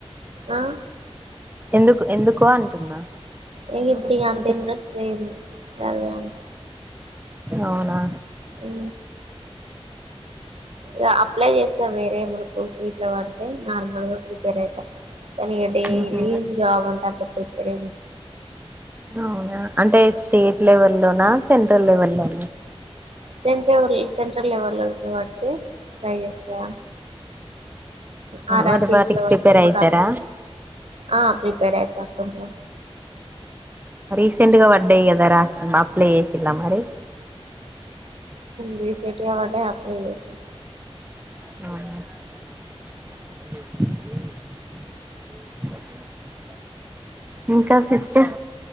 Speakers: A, on the right (about 70°); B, on the right (about 15°).
A: ఆ
B: ఎందుకు ఎందుకో అంటున్నా
A: ఎక ఇప్పుటి అంత
B: అంటే
A: ఇంట్రెస్ట్ లేదు చదివే అంత
B: అవునా
A: ఉ ఇక అప్లై చేస్తా వేరే మడు కో ఇట్లా పడితే నార్మల్గా ప్రిపేర్ అయిత తనీ డైలీ
B: ఉహు.
A: జాబ్ అంటా ఇకర
B: అవునా అంటే స్టేట్ లెవెల్ లోనా సెంట్రల్ లెవెల్ లోన
A: సెంట్రల్ వైస్ సెంట్రల్ లవెల్లో ఉద్యోగాలు <unintelligible> ట్రై చేస్తా ఆ రాపీ
B: మరి వాటికి
A: ఇట్లో పెట్టేప్పుడు
B: ప్రిపేర్ అయితారా
A: హ ప్రిపేర్ అవుతాను కొంచెం
B: రీసెంట్ గా పడ్డాయి కదా లాస్ట్ అప్లై చేసిలా మరి
A: రీసెంట్ గా పడ్డాయి అప్లై చేసినం
B: ఆ ఇంకా సిస్టర్